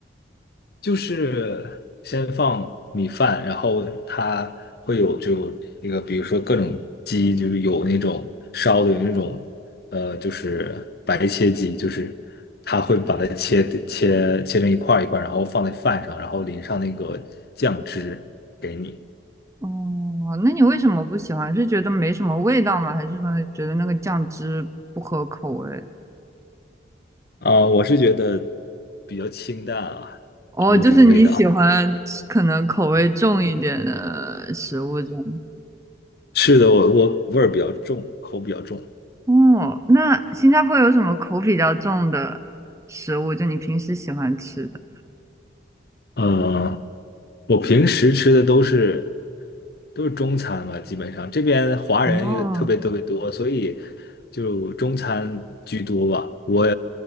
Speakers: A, on the left; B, on the right.
A: 就是先放米饭，然后它会有就那个，比如说各种鸡，就是有那种烧的，有那种呃，就是白切鸡，就是它会把它切切切成一块儿一块儿，然后放在饭上，然后淋上那个酱汁给你。
B: 哦，那你为什么不喜欢？是觉得没什么味道吗？还是说觉得那个酱汁不合口味？
A: 啊、我是觉得比较清淡啊，
B: 哦，
A: 没有什么味道。
B: 就是你喜欢吃可能口味重一点的食物这样。
A: 是的，我我味儿比较重，口比较重。
B: 哦，那新加坡有什么口比较重的食物？就你平时喜欢吃的？
A: 嗯，我平时吃的都是，都是中餐嘛，基本上这边华人也特别特别多，
B: 哦，
A: 所以就中餐居多吧。我